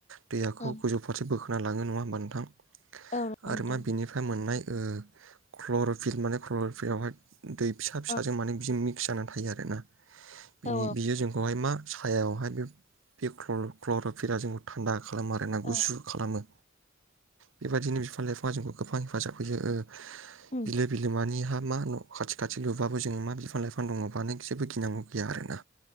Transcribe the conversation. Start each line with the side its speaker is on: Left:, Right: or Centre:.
Right: दैहाखौ
Left: औ
Right: गोजौ फारसे बोखां बना लाङो नङा होमबा नोंथां।
Left: नंगौ नोंथां
Right: आरो मा बिनिफ्राय मोननाय ओ क्लरिफिल माने क्लरिफिलआवहाय दै फिसा फिसाजों
Left: औ
Right: माने बिहुं नि फिसा जानानै थायो आरो ना। बिनि
Left: औ
Right: बियो जोंखौहाय मा। सायावहाय बे बे क्लर'फिलाआ जोंखौ थान्दा खालामो आरो ना गुसु
Left: औ
Right: खालामो। बेबायदिनो बिफां लाइफाङा जोंखौ गोबां हेफाजाब होयो ओ।
Left: उम
Right: बिलो बिलोमानि हा मा न' खाथि खाथि लुबाबो जोंङो मा बिफां लाइफां दंङब नों जेबो गिनांगौ गैया आरो ना।